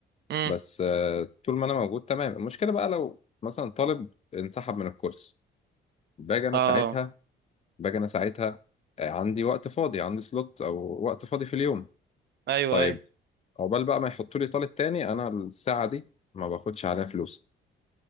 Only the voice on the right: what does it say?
امم
اه
ايوه
ايوه